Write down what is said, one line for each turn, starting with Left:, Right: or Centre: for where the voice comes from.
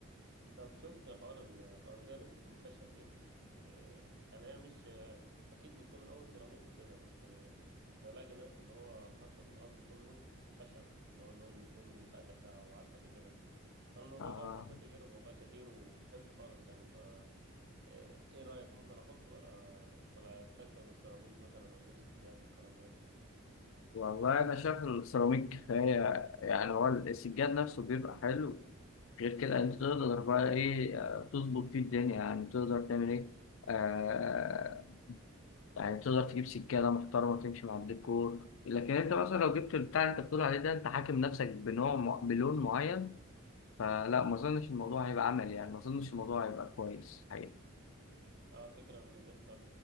Right: طب شفت حوار ال- الأرضية اللي بتكون خشب دي إيه، يعني هي مش آه، أكيد بتكون الأول سيراميك وكده بس آه، بلاقي ناس اللي هو حاطة في الأرض كله خشب اللي هو اللون بني فاتح ده أو عسلي كده فالموضوع
Left: آه.
Right: ده حبيت أجرب والله كتير وبحبه خالص يعني ايه إيه رأيك ممكن احط ولا ولا استكفى بالسيراميك مثلا واجيب سجاد والكلام ده
Left: والله انا شايف السيراميك كفايه يعني هو السجاد نفسه بيبقى حلو غير كده انت تقدر بقى ايه آه، تظبط فيه الدنيا يعني تقدر تعمل ايه آه يعني تقدر تجيب سجاده محترمه تمشي مع الديكور لكن انت مثلا لو جبت البتاع اللي انت بتقول عليه ده انت حاكم نفسك بنوع م- بلون معين فلا ما اظنش الموضوع هيبقى عملي يعني ما اظنش الموضوع هيبقى كويس حقيقي
Right: اه الفكرة انك انت